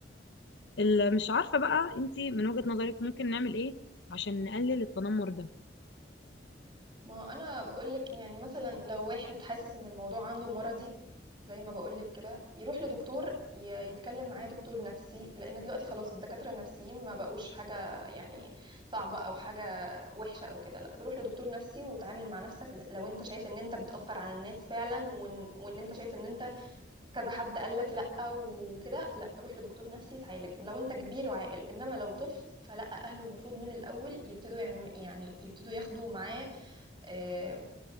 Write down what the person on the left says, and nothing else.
ال- مش عارفه بقى انت من وجهه نظرك ممكن نعمل ايه عشان نقلل التنمر ده